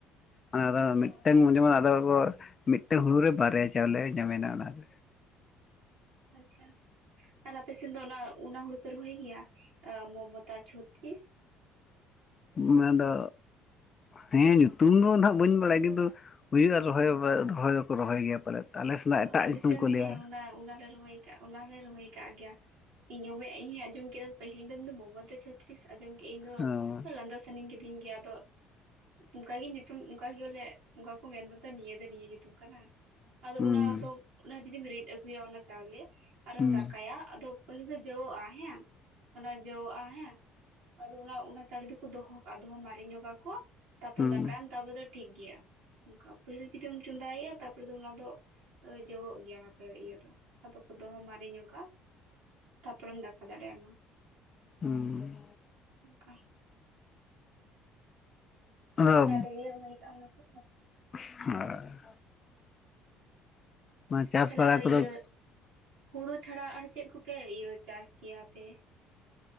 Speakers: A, on the left; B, on the right.
A: ᱚᱱᱟᱫᱚ
B: ᱚ
A: ᱢᱤᱫᱴᱟᱝ ᱡᱮᱢᱚᱱ ᱟᱫᱚ ᱢᱤᱫᱴᱟᱝ ᱦᱩᱲᱩ ᱨᱮ ᱵᱟᱨᱭᱟ ᱪᱟᱣᱞᱮ ᱧᱟᱢ ᱮᱱᱟ ᱚᱱᱟ ᱫᱚ
B: ᱟᱪ ᱪᱷᱟ ᱟᱨ ᱟᱯᱮ ᱥᱮᱱ ᱫᱚ ᱚᱱᱟ ᱚᱱᱟ ᱦᱩᱲᱩ ᱯᱮ ᱨᱚᱦᱚᱭ ᱜᱮᱭᱟ ᱢᱚᱢᱚᱛᱟ ᱪᱷᱚᱛᱤᱥ
A: ᱱᱚᱣᱟ ᱫᱚ ᱦᱮᱸ ᱧᱩᱛᱩᱢ ᱫᱚ ᱦᱟᱜ ᱵᱟᱹᱧ ᱵᱟᱰᱟᱭᱟ ᱠᱤᱱᱛᱩ ᱦᱩᱭᱩᱜᱼᱟ ᱨᱚᱦᱚᱭ ᱨᱚᱦᱚᱭ ᱫᱚᱠᱚ ᱨᱚᱦᱚᱭ ᱜᱮᱭᱟ ᱯᱟᱞᱮᱫ ᱟᱞᱮ ᱥᱮᱱᱟᱜ ᱮᱴᱟᱜ
B: ᱟᱞᱮ
A: ᱧᱩᱛᱩᱢ
B: ᱥᱮᱫ
A: ᱠᱚ ᱞᱟᱹᱭᱟ
B: ᱦᱮᱸ ᱚᱱᱟ ᱚᱱᱟᱞᱮ ᱨᱚᱦᱚᱭ ᱟᱠᱟᱜᱼᱟ ᱚᱱᱟ ᱞᱮ ᱨᱚᱦᱚᱭ ᱠᱟᱜ ᱜᱮᱭᱟ ᱤᱧᱚᱢᱮ ᱤᱧ ᱦᱚᱧ ᱟᱸᱡᱚᱢ ᱠᱮᱫᱟ ᱯᱟᱹᱦᱤᱞ ᱫᱚᱤᱱ ᱫᱚ ᱢᱚᱢᱚᱫ ᱪᱷᱚᱛᱤ ᱛᱤᱥ ᱟᱸᱡᱚᱢ ᱠᱮᱫᱼᱟ ᱤᱧ
A: ᱦᱚᱸ
B: ᱫᱚ ᱞᱟᱸᱫᱟ ᱥᱟᱱᱟᱧ ᱠᱤᱫᱤᱧ ᱜᱮᱭᱟ ᱟᱫᱚ ᱚᱱᱠᱟ ᱜᱮ ᱧᱩᱛᱩᱢ ᱚᱱᱠᱟᱜ ᱜᱮ ᱞᱮ ᱚᱱᱠᱟ ᱠᱚ ᱢᱮᱱ ᱫᱟᱛᱚ ᱱᱤᱭᱟᱹ ᱫᱚ ᱱᱤᱭᱟᱹ ᱧᱩᱛᱩᱢ ᱠᱟᱱᱟ ᱟᱫᱚ
A: ᱦᱩᱸ
B: ᱚᱱᱟ ᱫᱚ ᱚᱱᱟ ᱡᱩᱫᱤᱢ ᱨᱤᱫ ᱟᱹᱜᱩᱭᱟ ᱚᱱᱟ ᱪᱟᱣᱞᱮ ᱟᱨᱮᱢ
A: ᱦᱩᱸ
B: ᱫᱟᱠᱟᱭᱟ ᱟᱫᱚ ᱯᱟᱹᱞᱤᱞ ᱫᱚ ᱡᱟᱹᱣᱜᱼᱟ ᱦᱮᱸ ᱚᱱᱟ ᱡᱟ. ᱣᱟᱜᱼᱟ ᱦᱮᱸ ᱟᱫᱚ ᱚᱱᱟ ᱚᱱᱟ ᱪᱟᱹᱣᱞᱤ ᱫᱚᱠᱚ ᱫᱚᱦᱚ ᱠᱟᱜᱼᱟ ᱫᱚᱦᱚ ᱢᱟᱨᱮ ᱧᱚᱜᱟ ᱠᱚ ᱛᱟᱯᱚᱨᱮ
A: ᱦᱩᱸ
B: ᱫᱟᱠᱟᱭᱟᱢ ᱛᱟᱯᱚᱨᱮ ᱫᱚ ᱴᱷᱤᱠ ᱜᱮᱭᱟ ᱚᱱᱠᱟ ᱯᱟᱹᱦᱤᱞ ᱡᱩᱫᱤᱢ ᱪᱚᱸᱫᱟᱭᱟ ᱛᱟᱯᱚᱨᱮ ᱫᱚ ᱚᱱᱟ ᱫᱚ ᱡᱚᱜᱚᱜ ᱜᱮᱭᱟ ᱚᱱᱟᱯᱮ ᱤᱭᱟᱹ ᱫᱚ ᱟᱫᱚ ᱠᱚ ᱫᱚᱦᱚ ᱢᱟᱨᱮᱼᱧᱚᱜᱟ ᱛᱟᱯᱚᱨᱮᱢ ᱫᱟᱠᱟ ᱫᱟᱲᱮᱭᱟ
A: ᱦᱩᱸ
B: ᱚᱱᱠᱟ
A: ᱚᱱᱟ ᱦᱚ
B: ᱛᱟᱦᱞᱮ ᱜᱮᱞᱮ ᱨᱚᱦᱚᱭ ᱠᱟᱜᱼᱟ ᱚᱱᱟ ᱠᱚ
A: <unintelligible> ᱚᱱᱟ ᱪᱟᱥ
B: ᱛᱟᱦᱚᱞᱮ
A: ᱵᱟᱲᱟ
B: ᱟᱨ
A: ᱠᱚᱫᱚ
B: ᱤᱭᱟᱹ ᱦᱩᱲᱩ ᱪᱷᱟᱰᱟ ᱟᱨ ᱪᱮᱫ ᱠᱚᱯᱮ ᱤᱭᱟᱹ ᱪᱟᱥ ᱠᱮᱭᱟ ᱯᱮ